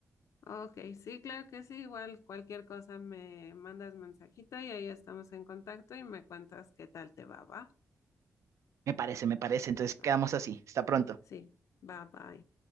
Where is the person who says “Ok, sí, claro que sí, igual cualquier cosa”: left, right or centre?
Left